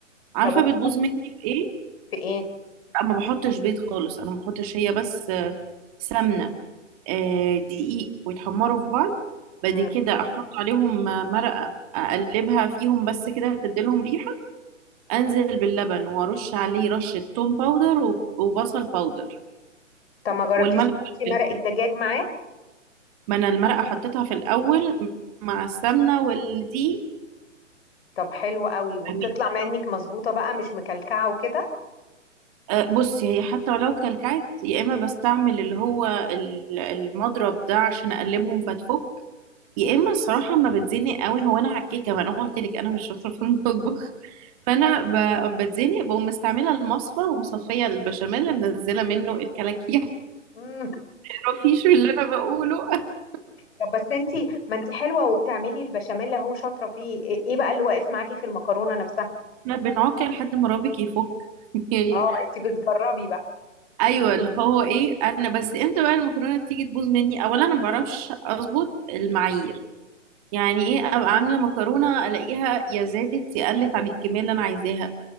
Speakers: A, on the right (about 30°); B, on the left (about 50°).
A: عارفه
B: طب وبتحط
A: بتبوظ مني في ايه
B: في ايه
A: انا ما بحطش بيض خالص انا ما بحطش هي بس آه، سمنه آه، دقيق ويتحمروا في بعض بعد
B: مم.
A: كده احط عليهم آه، مرقه اقلبها فيهم بس كده تديلهم ريحه انزل باللبن وارش عليه رشه توم باودر وب- وبصل باودر
B: طب ما جربتيش
A: والملح
B: تحطي مرق
A: والفلفل.
B: الدجاج معاه
A: ما انا المرقه حطيتها في الاول مع السمنه والدقيق
B: طب حلو قوي وبتطلع
A: أمين.
B: منك مظبوطة بقى مش مكلكعة وكده
A: أه، بصي هي حتى ولو كلكعت يا اما بستعمل اللي هو ال- المضرب ده عشان اقلبهم فتفك يا اما الصراحه ما بتزنق قوي هو انا على الكيكه ما انا قلت لك انا مش شاطره في المطبخ <laughs> فانا ب- بتزنق بقوم مستعمله المصفى ومصفيه البشاميل اللي منزله منه الكلاكيع <laughs>
B: مم.
A: تعرفيش اللي انا بقوله <laughs>
B: طب بس انتي ما انتي حلوه وبتعملي البشاميل اهو شاطره فيه ايه ايه بقى اللي واقف معاكي في المكرونه نفسها
A: احنا بنعك لحد ما رابك يفك <laughs> يعني
B: اه انتي بتجربي بقى
A: ايوه اللي هو ايه انا بس امتى بقى المكرونه تيجي تبوظ مني اولا انا ما بعرفش اظبط المعايير يعني ايه ابقى عامله مكرونه الاقيها يا زادت يا قلت عن الكميه اللي انا عايزاها